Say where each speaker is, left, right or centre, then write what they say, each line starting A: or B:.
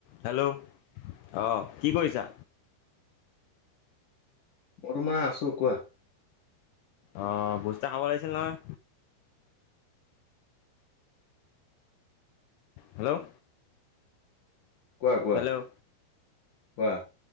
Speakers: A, on the left; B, on the left.
A: Hello অঁ কি কৰিছা
B: ৰুমা আছো কোৱা
A: আহ ভোজ এটা খাব লাগিছিল নহয় হেল্ল'
B: কোৱা কোৱা
A: হেল্ল'
B: কোৱা